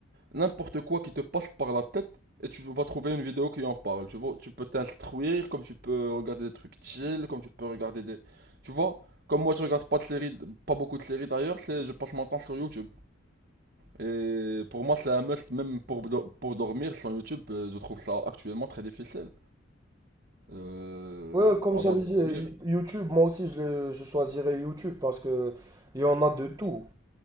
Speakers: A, on the right; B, on the right.
A: n'importe quoi qui te passe par la tête et tu vas trouver une vidéo qui en parle. Tu vois, tu peux t'instruire comme tu peux regarder des trucs chill, comme tu peux regarder des... Tu vois, comme moi je regarde pas de séries, pas beaucoup de séries d'ailleurs, c'est je passe mon temps sur YouTube. Et pour moi, c'est un must, même pour, do- pour dormir sans YouTube, euh, je trouve ça actuellement très difficile. Euh,
B: Ouais, comme
A: avant
B: j'avais
A: de
B: dit,
A: dormir.
B: euh, YouTube, moi aussi, je, le- je choisirais YouTube parce que il y en a de tout.